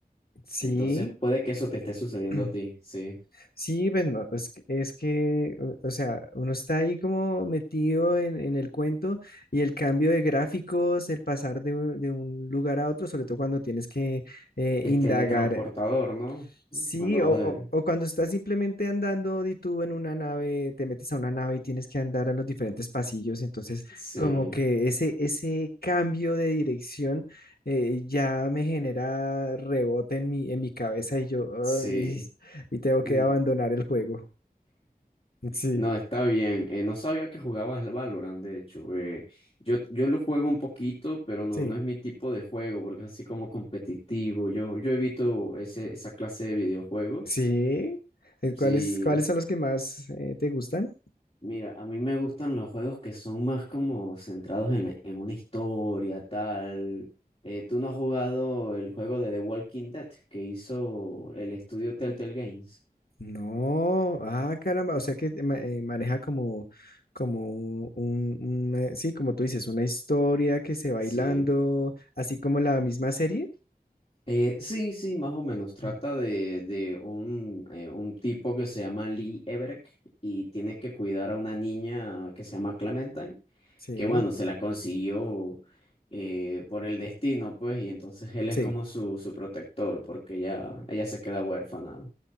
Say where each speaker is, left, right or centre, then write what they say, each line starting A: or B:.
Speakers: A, on the left; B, on the left.
A: Sí,
B: Entonces puede que eso te esté sucediendo
A: <clears throat>
B: a ti, sí.
A: sí, pues no, es, que, es que, o o sea, uno está ahí como metido en, en el cuento y el cambio de gráficos, el pasar de, un de un lugar a otro, sobre todo cuando tienes que eh,
B: El
A: indagar
B: teletransportador, ¿no?
A: Sí,
B: Cuando
A: o,
B: vas
A: o-
B: de...
A: o cuando estás simplemente andando y tú en una nave, te metes a una nave y tienes que andar en los diferentes pasillos, entonces
B: Sí,
A: como que ese, ese cambio de dirección eh, ya me genera rebote en mi, en mi cabeza y yo,
B: sí.
A: "Ay", y tengo
B: Mm.
A: que abandonar el juego. Sí,
B: No, está bien. Eh, no sabía que jugabas al Valorant, de hecho. Eh, yo, yo lo juego un poquito, pero no,
A: sí,
B: no es mi tipo de juego, porque es así como competitivo. Yo, yo evito ese, esa clase de videojuegos.
A: sí. Eh,
B: Sí,
A: ¿Cuáles, cuáles son los que más eh, te gustan?
B: Mira, a mí me gustan los juegos que son más como centrados en, la- en una historia, tal. Eh, ¿tú no has jugado el juego de The Walking Dead que hizo el estudio Telltale Games?
A: No, ah, caramba, o sea que te ma- eh, maneja como, como un, un- una- sí, como tú dices, una historia que se va
B: Sí.
A: hilando, así como la misma serie.
B: Eh, sí, sí, más o menos. Trata
A: Mm.
B: de, de un, eh, un tipo que se llama Lee Everett y tiene que cuidar a una niña que se llama Clementine.
A: Sí,
B: que bueno, se la consiguió eh, por el destino, pues, y entonces él es
A: sí.
B: como su, su protector, porque ella, ella se queda huérfana.